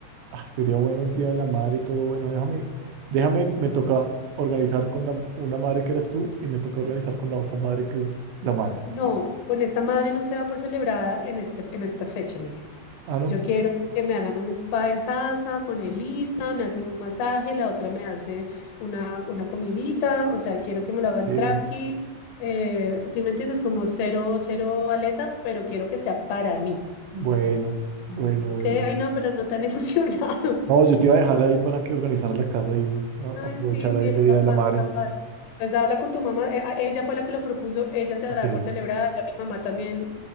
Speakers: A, on the right; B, on the left.
A: ah, sería bueno el Día de la Madre, todo bueno. Déjame, déjame, me toca organizar con la, una madre que eres tú y me toca organizar con la otra madre que es la madre.
B: No, con esta madre no se da por celebrada en este, en esta fecha, Miguel.
A: Ah, ¿no?
B: Yo quiero que me hagan un spa en casa con Elisa, me hacen un masaje, la otra me hace una, una comidita, o sea, quiero que me lo hagan
A: Eh,
B: tranqui. Eh, si me entiendes, como cero, cero aleta, pero quiero que sea para mí.
A: bueno, bueno,
B: Ok,
A: bueno.
B: ay no, pero no tan <laughs> emocionado.
A: No, yo te iba a dejar ahí para que organizar la casa y a-
B: Ay,
A: aprovechar
B: sí, sí,
A: ahí
B: eres
A: de Día
B: capaz,
A: de la Madre.
B: capaz. Entonces habla con tu mamá, eh, a- ella fue la que lo propuso, ella se
A: Ok.
B: dará por celebrada, ya mi mamá también,